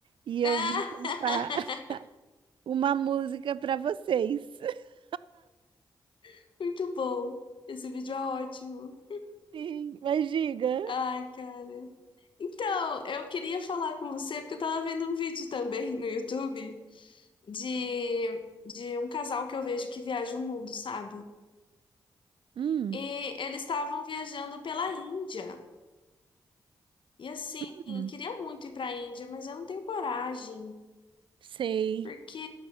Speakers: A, on the right; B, on the left.
A: e eu
B: Ah!
A: vim cantar <laughs> uma música para vocês. <laughs>
B: <laughs> Muito bom. Esse vídeo é ótimo.
A: Sim, mas diga.
B: Ai, cara. Então, eu queria falar com você porque eu tava vendo um vídeo também no YouTube de, de um casal que eu vejo que viaja o mundo, sabe?
A: Hum,
B: E eles estavam viajando pela Índia. E assim,
A: hum,
B: queria muito ir pra Índia, mas eu não tenho coragem.
A: sei.
B: Porque,